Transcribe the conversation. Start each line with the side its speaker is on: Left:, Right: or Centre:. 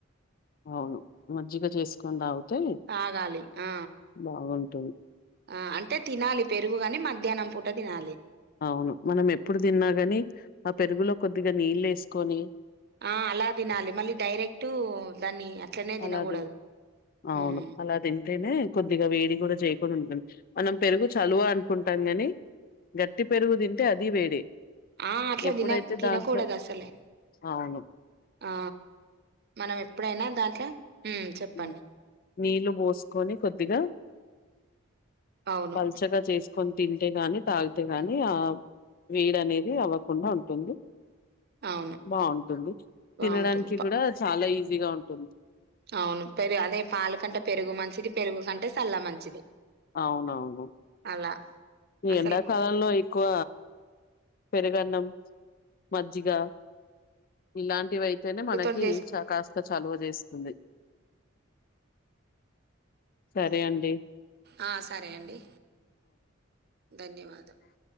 Left: అవును మజ్జిగ చేసుకొని తాగితే
Right: తాగాలి ఆ
Left: బాగుంటు
Right: ఆ అంటే తినాలి పెరుగుగాని మధ్యాహ్నం పూట తినాలి
Left: అవును మనం ఎప్పుడు తిన్నా గాని ఆ పెరుగులో కొద్దిగా నీళ్ళు వేసుకొని
Right: ఆ అలా తినాలి మళ్ళీ డైరెక్ట్ దాన్ని అట్లనే తినకూడదు
Left: అలా తి అవును
Right: ఉమ్.
Left: అలా తింటేనే కొద్దిగా వేడి కూడా చేయ అనుకుని ఉంటాంది మనం పెరుగు చలువ అనుకుంటాం గాని గట్టి పెరుగు తింటే అది వేడే
Right: ఆ అట్లా
Left: ఎప్పుడైతే
Right: తిన తినకూడదు
Left: దాంట్లో
Right: అసలే
Left: అవును
Right: ఆ మనం ఎప్పుడైనా దాంట్లో ఉం చెప్పండి
Left: హ్మ్ నీళ్లు పోసుకొని కొద్దిగా
Right: అవును.
Left: పల్చగా చేసి కొన్ తింటే గాని తాగితే గాని ఆ వేడి అనేది అవ్వకుండా ఉంటుంది
Right: అవును.
Left: బాగుంటుంది
Right: బావుంటుంది.
Left: తినడానికి
Right: ప
Left: కూడా చాలా ఈజీగా ఉంటుంది
Right: అవును పెరుగు అదే పాలు కంటే పెరుగు మంచిది పెరుగు కంటే చల్ల మంచిది
Left: అవునవును
Right: అలా
Left: ఈ
Right: అసలు
Left: ఎండాకాలంలో ఎక్కువ పెరుగన్నం మజ్జిగ ఇలాంటివై తేనే మనకి
Right: తోటి చేసి
Left: చ కాస్త చలువ చేస్తుంది సరే అండి
Right: ఆ సరే అండి ధన్యవాదం